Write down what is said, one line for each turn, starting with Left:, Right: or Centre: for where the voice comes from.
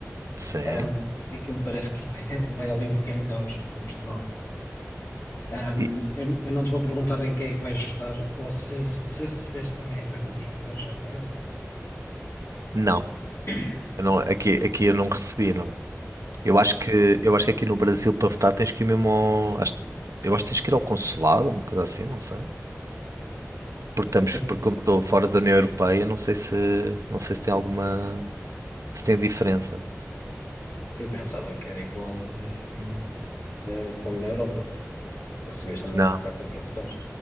Right: sim.
Left: Ahm, que aquilo parece que vai, <laughs> vai ali um pequeno caos em Portugal. Ahm,
Right: E-
Left: eu, eu não te vou perguntar em quem é que vais votar, ou se, se recebeste também a carta para votar já agora.
Right: não,
Left: <coughs>
Right: eu não- aqui, aqui eu não recebi, não.
Left: Ok.
Right: Eu acho que, eu acho que aqui no Brasil para votar tens que ir mesmo ao, acho- eu acho que tens que ir ao consulado, uma coisa assim, não sei. Porque estamos,
Left: Esse-
Right: porque como
Left: olha,
Right: estou fora da União Europeia, não sei se, não sei se tem alguma, se tem diferença.
Left: Eu pensava que era igual, ahm, eh, como na Europa, que recebeste também
Right: Não,
Left: uma carta para votar.